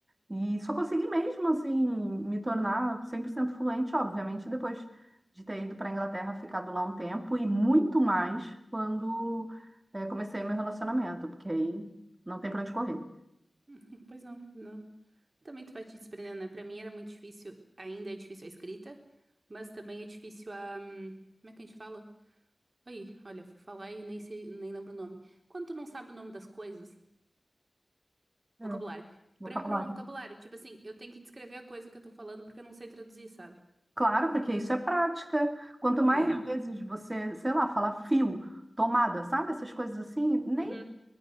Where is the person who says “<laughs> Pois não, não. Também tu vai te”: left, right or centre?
Right